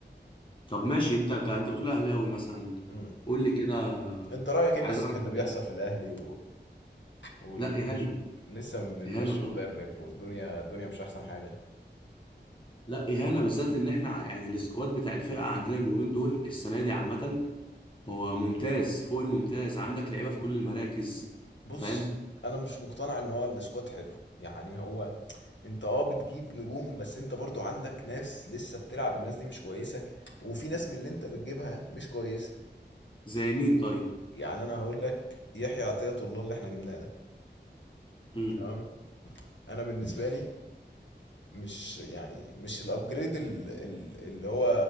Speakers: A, on the left; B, on the left.
A: طب ماشي انت ك... انت بتقول اهلاوي مثلا
B: امم
A: قول لي كده
B: انت رايك ايه
A: عايز
B: بس
A: اعرف
B: في
A: انت
B: اللي بيحصل في الاهلي واللي
A: لا
B: كل
A: اهانه
B: ش... لسه بنمشي
A: اهانه طبعا
B: مدرب والدنيا الدنيا مش احسن حاجه
A: لا اهانه بالذات ان احنا يعني السكواد بتاع الفرقه عندنا اليومين دول السنه دي عامه هو ممتاز فوق الممتاز عندك لعيبه في كل المراكز
B: بص
A: فاهم
B: انا مش مقتنع ان هو السكواد حلو يعني هو انت اه بتجيب نجوم بس انت برضو عندك ناس لسه بتلعب الناس دي مش كويسه وفي ناس من اللي انت بتجيبها مش كويسه
A: زي مين طيب
B: يعني انا هقول لك يحيى عطية الله اللي احنا جبناه ده
A: امم
B: تمام انا بالنسبه لي مش يعني مش الابجريد ال- ال- اللي هو